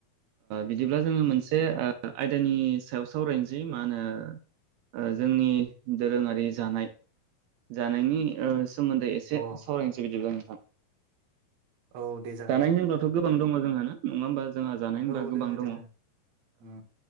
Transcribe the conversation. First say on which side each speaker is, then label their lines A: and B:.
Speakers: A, on the right; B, on the right.
A: बिदिब्ला जोङो मोनसे ओ आयदानि सायाव सावरायनोसै मा होनो ओ जोंनि दोरोङारि जानाय जानायनि सोमोन्दै एसे
B: अ
A: सावरायनोसै बिदिब्ला आं। आं।
B: औ दे जागोन
A: जानाय
B: दे नोंथां
A: होनोबावथ' गोबां दङ जोंहा नङा होनबा। जोंहा जानाय होनबा
B: औ
A: गोबां
B: दोङो
A: दं
B: दोङो
A: ओ
B: उम